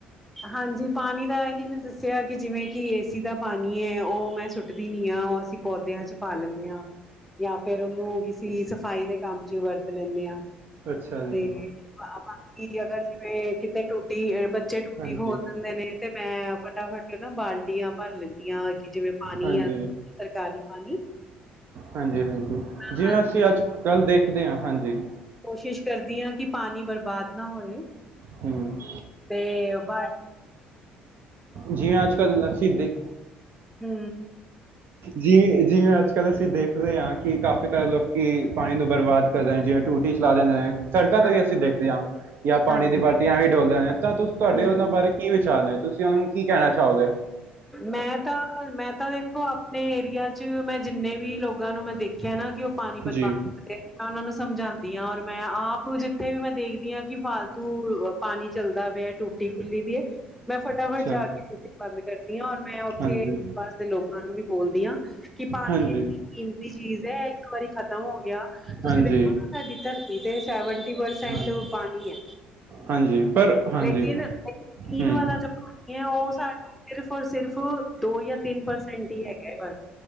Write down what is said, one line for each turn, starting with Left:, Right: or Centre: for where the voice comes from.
Centre: ਹਾਂਜੀ ਪਾਣੀ ਦਾ ਹੀ ਮੈ ਦੱਸਿਆ ਕਿ ਜਿਵੇ ਕਿ ਏਸੀ ਦਾ ਪਾਨੀ ਏ ਓ ਮੈ ਟੁੱਟਦੀ ਨੀ ਆ ਓ ਅਸੀ ਪੌਦਿਆਂ ਚ' ਪਾ ਲੈਨੇ ਆ ਯਾ ਫੇਰ ਓਨੂੰ ਕਿਸੇ ਸਫਾਈ ਦੇ ਕੰਮ ਵਿੱਚ ਵਰਤ ਲੈਨੇ ਆ।
Right: ਅੱਛਾ
Centre: ਤੇ
Right: ਜੀ
Centre: ਆਪਾ ਕਿ ਅਗਰ ਜਿਵੇਂ ਕਿਤੇ ਟੁੱਟੀ ਬੱਚੇ ਟੁੱਟੀ
Right: ਹਾਂਜੀ
Centre: ਖੋਲ ਦਿੰਦੇ ਨੇ। ਤੇ ਮੈਂ ਫਟਾਫਟ ਨਾ ਬਾਲਟੀਆ ਪਰ ਲੈਦੀ ਆ ਕਿ ਜਿਵੇਂ ਪਾਨੀ
Right: ਹਾਂਜੀ
Centre: ਆ ਸਰਕਾਰੀ ਪਾਣੀ।
Right: ਹਾਂਜੀ- ਹਾਂਜੀ,
Centre: ਨਾਲ
Right: ਜਿਵੇਂ ਅਸੀਂ ਅੱਜ-ਕੱਲ ਦੇਖਦੇ ਆ, ਹਾਂਜੀ।
Centre: ਕੋਸ਼ਿਸ਼ ਕਰਦੀ ਆ ਕਿ ਪਾਨੀ ਬਰਬਾਦ ਨਾ ਹੋਏ।
Right: ਹੂੰ
Centre: ਤੇ ਬਾਲ
Right: ਜੀਵੇ ਅੱਜ-ਕੱਲ ਅਸੀ ਦੇ
Centre: ਹੂੰ
Right: ਜੀਵ- ਜਿਵੇ ਅੱਜ ਅੱਜ-ਕੱਲ ਅਸੀ ਦੇਖਦੇ ਆ ਕਿ ਕਾਫੀ ਤਾਰ ਲੋਕੀ ਪਾਣੀ ਨੂੰ ਬਰਬਾਦ ਕਰਦੇ ਜਿਵੇ ਟੂਟੀ ਚਲਾ ਦਿੰਦੇ ਨੇ। ਸੜਕਾ ਤੇ
Centre: ਹਾਂਜੀ
Right: ਵੀ ਅਸੀਂ ਦੇਖਦੇ ਆ। ਯਾ ਪਾਣੀ
Centre: ਹਾਂਜੀ
Right: ਦੀ ਬਾਲਟੀਆਂ ਐਵੇ ਈ ਡੋਲਦੇ ਨੇ ਤਾ ਤੁਸ ਤੁਆਡੇ
Centre: ਹੂੰ,
Right: ਓਨਾਂ ਬਾਰੇ ਕੀ ਵਿਚਾਰ ਨੇ? ਤੁਸੀਂ ਓਨਾਂ ਨੂੰ ਕੀ ਕੈਣਾ ਚਾਓਗੇ।
Centre: ਮੈਂ ਤਾ, ਮੈਂ ਤਾ ਵੇ ਖੋ ਉਹ ਆਪਣੇ ਏਰੀਆ ਚ' ਮੈਂ ਜਿੰਨੇ ਵੀ ਲੋਗਾ ਨੂੰ ਮੈ ਦੇਖੇਆ ਨਾ ਕਿ ਓ ਪਾਣੀ ਬਰਬਾਦ
Right: ਜੀ
Centre: ਕਰਦੇ ਮੈਂ ਓਨਾਂ ਨੂੰ ਸਮਝਾਂਦੀ ਆ ਔਰ ਮੈਂ ਆਪ ਜਿੱਥੇ ਵੀ ਮੈ ਦੇਖਦੀ ਹਆ ਕਿ ਫਾਲਤੂ ਅ ਪਾਨੀ ਚੱਲਦਾ ਪੇਐ, ਟੂਟੀ ਖੁੱਲੀ ਦੀ ਏ, ਮੈਂ ਫਟਾਫਟ
Right: ਅੱਛਾ
Centre: ਜਾ ਕੇ ਟੂਟੀ ਬੰਦ ਕਰਦੀ ਆ ਔਰ ਮੈਂ ਓਥੇ
Right: ਹਾਂਜੀ
Centre: ਪਾਸ ਦੇ ਲੋਗਾ ਨੂੰ ਵੀ ਬੋਲਦੀ ਆ, ਕਿ ਪਾਨੀ
Right: ਹਾਂਜੀ
Centre: ਇੰਨੀ ਕੀਮ ਤੀ ਚੀਜ ਐ, ਇੱਕ ਵਾਰੀ ਖਤਮ ਹੋ ਗੇਆ, ਤੁਸੀਂ
Right: ਹਾਂਜੀ
Centre: ਦੇਖੋ ਨਾ ਸਾਡੀ ਧਰਤੀ ਤੇ ਸੈਵਨ ਤੀ ਪਰਸੈਂਟ
Right: ਹਾਂ
Centre: ਪਾਨੀ ਐ।
Right: ਹਾਂਜੀ ਪਰ ਹਾਂਜੀ
Centre: ਲੇਕਿਨ
Right: ਹੂੰ
Centre: ਪੀਨ ਵਾਲਾ ਜੋ ਓ ਸਾਨੂੰ ਸਿਰਫ ਔਰ ਸਿਰਫ ਦੋ ਯਾ ਤਿੰਨ ਪਰਸੈਂਟ ਹੀ ਹੈਗਾ ਏ ਬਸ।